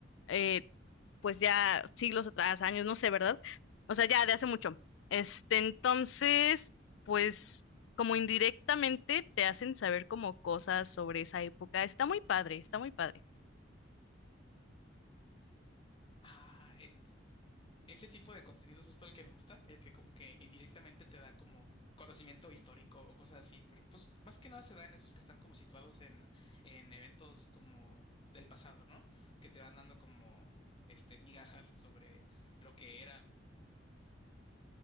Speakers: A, on the left (about 70°); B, on the left (about 30°).
A: eh, pues ya siglos atrás, años, no sé, ¿verdad? O sea, ya de hace mucho. Este, entonces, pues como indirectamente te hacen saber como cosas sobre esa época. Está muy padre, está muy padre.
B: Ah, e- ese tipo de contenido es justo el que me gusta, el que como que indirectamente te da como conocimiento histórico o cosas así. por- Pues más que nada se da en esos que están como situados en, en eventos como del pasado, ¿no? Que te van dando como este migajas sobre lo que era.